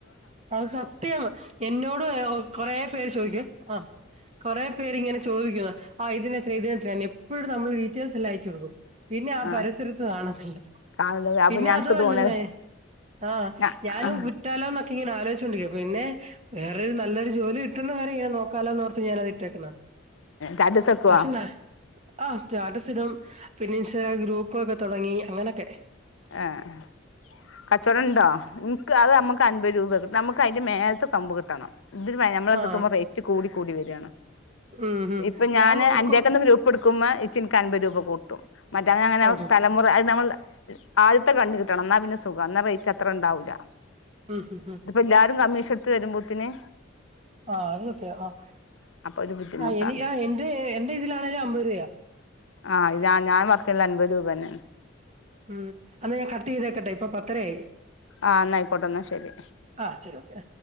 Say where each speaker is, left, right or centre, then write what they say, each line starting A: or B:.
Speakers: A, on the right; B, on the left.
A: അത് സത്യം എന്നോട് കൊറെേ പേര് ചോദിക്കും ആ കൊറെ പേര് ഇങ്ങനെ ചോദിക്കുന്നു ആ ഇതിനെത്ര ഇതിനെ എത്ര എപ്പോഴും നമ്മള് ഡീറ്റെയിൽസ് എല്ലാം അയച്ചു കൊടുക്കും പിന്നെ ആ
B: ആഹ്
A: പരിസരത്ത് കാണുന്നില്ല
B: കാണുന്നത്
A: പിന്നെ
B: അപ്പൊ ഞങ്ങക്ക്
A: അത അല്ലന്നേ
B: തോന്നി
A: ആഹ്
B: ഏഹ്
A: ഞാനും കുറ്റാലോന്നൊെ ആലോചിച്ചുണ്ടരിക്ക പിന്നെ വേറൊരു നല്ലൊരു ജോലി കിട്ടുന്നവേരെ ഇങ്ങനെ നോക്കാലന്ന്ലോർത്തു ഞാന അത് ഇട്ടേക്കുന്നാ
B: രണ്ടീസം നിക്കുവോ
A: പക്ഷ ആഹ് സ്റ്റാറ്റസ് പിന്നെ ഇൻസ്റ്റാഗ്ര ഗ്രൂപ്പൊക്കെ തുടങ്ങി അങ്ങനെയൊക്കെ
B: ആഏ കച്ചോടം ണ്ടോ നിനിക്ക് അത് നമുക്ക് അൻപത് രൂപ നമുക്ക് അതിന്റെ മേലത്തെ കമ്പ് കിട്ടണം ഇതിന് നമ്മളത്ത
A: ആ
B: റേറ്റ കൂടി കൂടി വരിയാണ്
A: ഉം ഉം
B: ഇപ്പ ഞാന്
A: ഞാൻ നോക്കും
B: അ ന്റെയൊക്കെ ഗൂപ്പ് എടുക്കുമ്പോ ഇച്ച അൻപത് രൂപ കൂട്ടും മറ്റോനെങ്ങനെയാവും,
A: ഓഹോ
B: തലമുറ അതുനമ്മള് ആദ്യത്തെകണ്ടുകിട്ടണം. എന്നാപ്പിന്നെ സുഖാ എന്നാ റേറ്റത്ര ഉണ്ടാവില്ല.
A: ഉം ഉം ഉം
B: ഇപ്പെല്ലാരും നമീഷ് എടുത്തുതരും മുത്തിനെ
A: ആ.. അന്ന് എത്തിയതാ, അ..
B: ഒരു ബുദ്ധിമുട്ടാണ്
A: അ, എനിക്കാ എന്റെ, എന്റെ യിതിലോണേലും അമ്പതുരൂപയാ.
B: ആ ഞാൻ ഞാൻ വർക്ക് ചെയ്തതെല്ലാം അൻപത് രൂപ ന്നെയാണ്
A: ഉം എന്നാഞാൻ കട്ട് ചെയ്തേക്കട്ടെയിപ്പം പത്തരയായി
B: ആ എന്നായിക്കോട്ടെ എന്നാ ശരി.
A: ആ ശരി ഓക്കെ